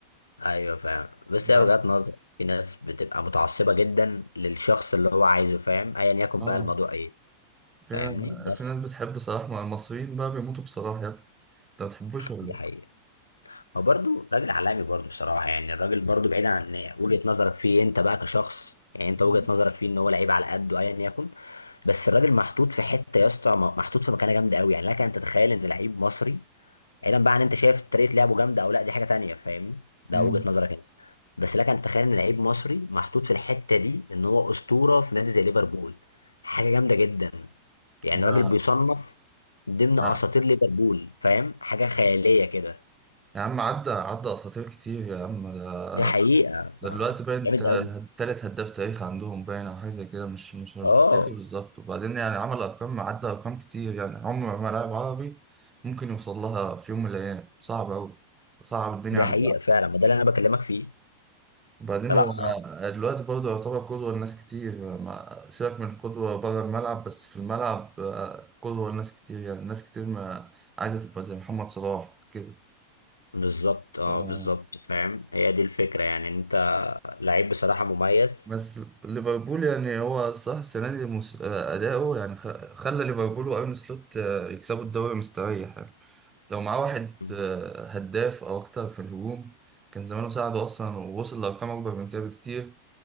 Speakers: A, on the left (about 80°); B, on the right (about 20°).
A: ايوه فاهم بس
B: لا
A: هي وجهات نظر في ناس بتبقى متعصبه جدا للشخص اللي هو عايزه فاهم ايا يكن
B: اه
A: بقى الموضوع ايه
B: في
A: فاهمني بس
B: في ناس بتحب صلاح مع المصريين بقى بيموتوا في صلاح يا ابني انت ما بتحبوش ولا
A: دي
B: ايه؟
A: حقيقه هو برضه راجل عالمي برضه بصراحه يعني الراجل برضه بعيد عن وجهه نظرك فيه انت بقى كشخص يعني انت
B: مم.
A: وجهه نظرك فيه ان هو لعيب على قده ايا يكن بس الراجل محطوط في حته يا اسطى محطوط في مكانه جامده قوي يعني لك ان تتخيل ان لعيب مصري بعيدا بقى عن انت شايف طريقه لعبه جامده او لا دي حاجه تانية فاهمني ده
B: مم.
A: وجهه نظرك انت بس لك ان تتخيل ان لعيب مصري محطوط في الحته دي ان هو اسطوره في نادي زي ليفربول حاجه جامده جدا يعني
B: لا
A: راجل بيصنف ضمن
B: لا.
A: اساطير ليفربول فاهم حاجه خياليه كده
B: يا عم عدى عدى اساطير كتير يا عم ده
A: دي حقيقه
B: ده
A: ف...
B: دلوقتي باين انت
A: جامد قوي
B: تالت هداف تاريخ عندهم باين او حاجه زي كده مش مش مش
A: اه
B: فاكر بالظبط وبعدين يعني عمل ارقام عدى ارقام كتير يعني عمر ما لاعب عربي ممكن يوصل لها في يوم من الايام صعب قوي صعب الدنيا
A: دي
B: على
A: حقيقه فعلا ما ده اللي انا بكلمك فيه
B: وبعدين
A: فلا
B: هو دلوقتي برضه يعتبر قدوة لناس كتير ما سيبك من قدوة بره الملعب بس في الملعب آه، قدوة لناس كتير يعني ناس كتير ما عايزة تبقى زي محمد صلاح كده
A: بالظبط اه
B: آه،
A: بالظبط فاهم هي دي الفكره يعني انت لعيب بصراحه مميز
B: بس ليفربول يعني هو صح السنة دي مس- آه، أداؤه يعني خ- خلى ليفربول وأرن سلوت آه، يكسبوا الدوري مستريح يعني لو معاه واحد
A: مم.
B: آه، هداف أو أكتر في الهجوم كان زمانه ساعده أصلا ووصل لأرقام أكبر من كده بكتير